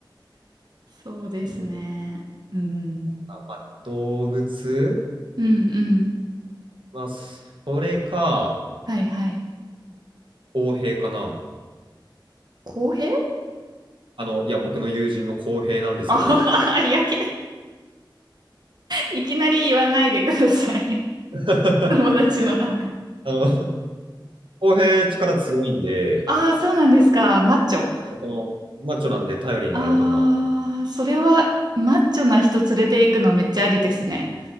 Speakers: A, on the right (about 55°); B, on the right (about 80°).
A: そうですね。
B: うん
A: うん。
B: あ、まあ、動物
A: うんうん。
B: まあ、それか、
A: はいはい。
B: 公平かな。
A: 公平
B: あの、いや、僕の友人の公平なんですけど、
A: あはは、<laughs> いやけ、いきなり言わないでください。
B: <laughs>
A: <laughs> 友達の名前。
B: あの、公平力強いんで、
A: ああ、そうなんですか。マッチョ。
B: この、マッチョなんで頼りになるかな。
A: ああ、それはマッチョな人連れて行くのめっちゃありですね。